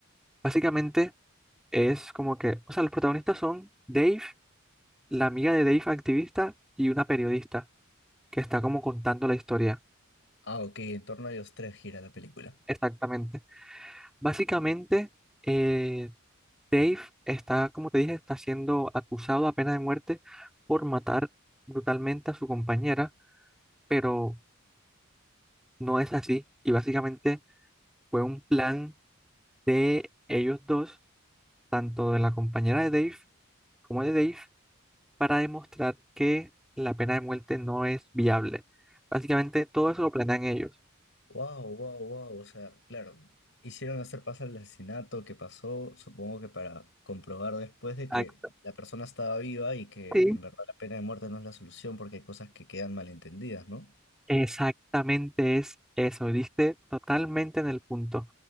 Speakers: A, in the centre; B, on the left (about 55°).
A: básicamente es como que, o sea, los protagonistas son Dave, la amiga de Dave activista y una periodista que está como contando la historia.
B: Ah, ok, en torno a ellos tres gira la película.
A: Exactamente. Básicamente, eh, Dave está, como te dije, está siendo acusado a pena de muerte por matar brutalmente a su compañera, pero no es así. Y básicamente fue un plan de ellos dos, tanto de la compañera de Dave como de Dave, para demostrar que la pena de muerte no es viable. Básicamente, todo eso lo planean ellos.
B: Wow, wow, wow, o sea, claro, hicieron hacer pasar el asesinato que pasó, supongo que para comprobar después de que
A: Exacto.
B: la persona estaba viva y que
A: sí
B: en verdad la pena de muerte no es la solución porque hay cosas que quedan malentendidas, ¿no?
A: Exactamente es eso, diste totalmente en el punto.